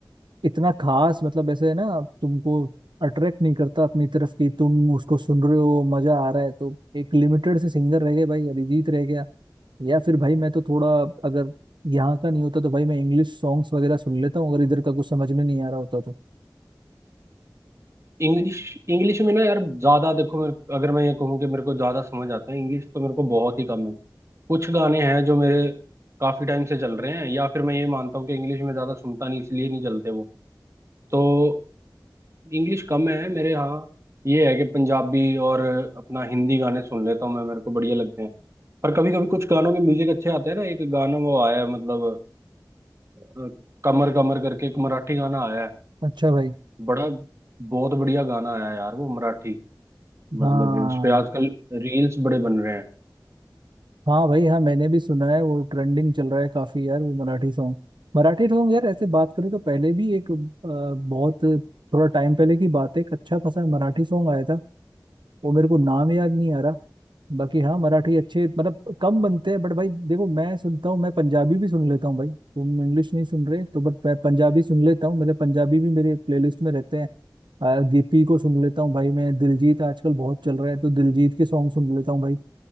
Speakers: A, on the right; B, on the right.
A: इतना खास मतलब ऐसे है ना अब तुमको अट्रैक्ट नहीं करता अपनी तरफ कि तुम उसको सुन रहे हो मजा आ रहा है तो एक लिमिटेड से सिंगर रह गए भाई अरिजीत रह गया या फिर भाई मैं तो थोड़ा अगर यहाँ का नहीं होता तो भाई मैं इंग्लिश सॉन्ग्स वगैरह सुन लेता हूँ अगर इधर का कुछ समझ में नहीं आ रहा होता तो
B: इंग्लिश इंग्लिश में ना यार ज्यादा देखो मेरे अगर मैं ये कहूँ कि मेरे को ज्यादा समझ आता है इंग्लिश तो मेरे को बहुत ही कम है कुछ गाने हैं जो मेरे काफी टाइम से चल रहे हैं या फिर मैं ये मानता हूँ कि इंग्लिश में ज्यादा सुनता नहीं इसलिए नहीं चलते वो तो इंग्लिश कम है मेरे यहाँ ये है कि पंजाबी और अपना हिंदी गाने सुन लेता हूँ मैं मेरे को बढ़िया लगते हैं पर कभी कभी कुछ गानों के म्यूजिक अच्छे आते हैं ना एक गाना वो आया है मतलब अ, कमर कमर करके एक मराठी गाना आया है
A: अच्छा भाई
B: बड़ा बहुत बढ़िया गाना आया है यार वो मराठी मतलब
A: हाँ
B: उस पे आजकल रील्स बड़े बन रहे हैं
A: हाँ भाई हाँ मैंने भी सुना है वो ट्रेंडिंग चल रहा है काफी यार वो मराठी सॉन्ग मराठी सॉन्ग यार ऐसे बात करें तो पहले भी एक अ, बहुत थोड़ा टाइम पहले की बात है एक अच्छा खासा मराठी सॉन्ग आया था वो मेरे को नाम याद नहीं आ रहा बाकी हाँ मराठी अच्छे मतलब कम बनते हैं बट भाई देखो मैं सुनता हूँ मैं पंजाबी भी सुन लेता हूँ भाई तुम इंग्लिश नहीं सुन रहे तो बट मैं पंजाबी सुन लेता हूँ मेरे पंजाबी भी मेरे प्लेलिस्ट में रहते हैं अ, गिप्पी को सुन लेता हूँ भाई मैं दिलजीत आजकल बहुत चल रहा है तो दिलजीत के सॉन्ग सुन लेता हूँ भाई